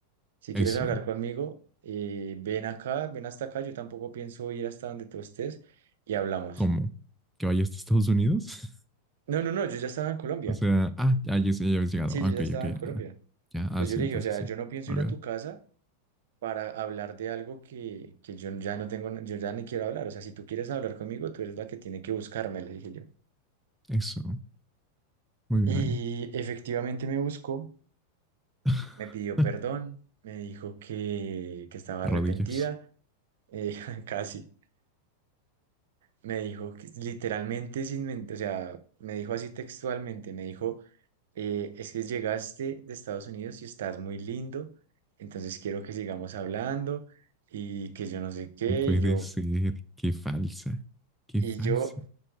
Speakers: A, on the right; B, in the centre.
A: Si
B: eso.
A: quieres hablar conmigo, eh, ven acá, ven hasta acá, yo tampoco pienso ir hasta donde tú estés y hablamos.
B: ¿Cómo? ¿Que vaya hasta Estados Unidos? <laughs>
A: No, no, no, yo ya estaba en Colombia.
B: O sea, ah, ya, ya, ya habéis llegado.
A: Sí,
B: Ah,
A: yo
B: ok,
A: ya estaba
B: ok,
A: en Colombia.
B: ah, ya, ah,
A: Entonces
B: sí,
A: yo le
B: entonces
A: dije, o sea,
B: sí,
A: yo no pienso
B: me
A: ir
B: olvidé.
A: a tu casa para hablar de algo que, que yo ya no tengo, yo ya ni quiero hablar. O sea, si tú quieres hablar conmigo, tú eres la que tiene que buscarme, le dije yo.
B: Eso, muy bien
A: Y
B: ahí.
A: efectivamente me buscó,
B: <laughs>
A: me pidió perdón, me dijo que, que estaba
B: Rodillas.
A: arrepentida, eh, <laughs> casi. Me dijo que literalmente sin mentir, o sea, me dijo así textualmente, me dijo, eh, es que llegaste de Estados Unidos y estás muy lindo, entonces quiero que sigamos hablando y que yo no sé qué,
B: No puede
A: y yo,
B: ser, qué falsa, qué
A: y
B: falsa.
A: yo,